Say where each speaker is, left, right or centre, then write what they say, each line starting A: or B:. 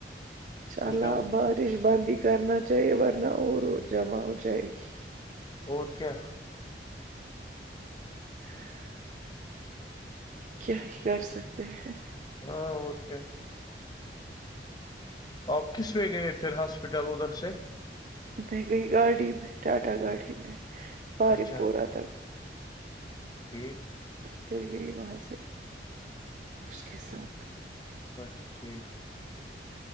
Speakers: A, on the right; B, on the left.
A: اللہ
B: اس میں اور
A: بارش بند ہی کرنا چاہیے ورنہ اور اور جمع ہو جائے گی
B: اور کیا
A: <inaudible> کیا ہی کر سکتے ہیں
B: ہاں اور کیا آپ کس میں گئے پھر ہاسپٹل ادھر سے
A: میں گئی گاڑی میں ٹاٹا گاڑی میں پارم
B: اچھا
A: پورہ تک
B: ٹھیک
A: پھر گئی وہاں سے اس کے ساتھ
B: بس ٹھیک